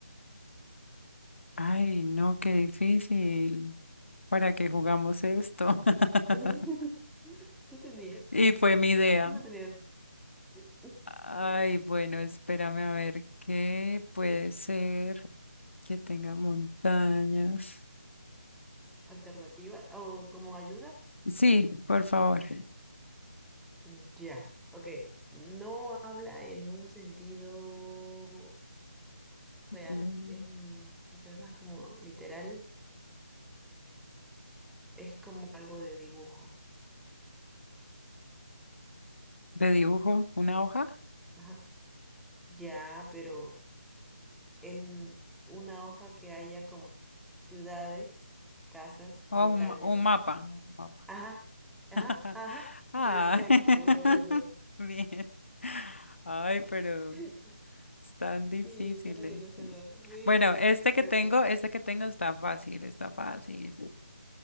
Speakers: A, on the left; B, in the centre.
A: Ay, no, qué difícil. ¿Para qué jugamos esto? <laughs>
B: <laughs> ¿Tú tenías?
A: Y fue mi idea.
B: ¿Tú no tenías eh,
A: Ay, bueno, espérame a ver qué puede ser que tenga montañas.
B: alternativa o como ayuda?
A: Sí, por favor.
B: Mm, Ya, ok. No habla en un sentido real.
A: Mm.
B: es, mm, o sea, más como literal. Es como algo de dibujo.
A: ¿De dibujo? ¿Una hoja?
B: Ajá. Ya, pero en una hoja que haya como ciudades, casas,
A: ¿O
B: montañas.
A: un, ma- un mapa? Un mapa.
B: Ajá, ajá,
A: <laughs>
B: ajá.
A: Ah,
B: Perfecto,
A: <laughs>
B: mira eso.
A: bien. Ay, pero
B: <laughs>
A: están difíciles.
B: Sí, qué horrible suena. Sí,
A: Bueno, este
B: pero...
A: que tengo, este que tengo está fácil, está fácil.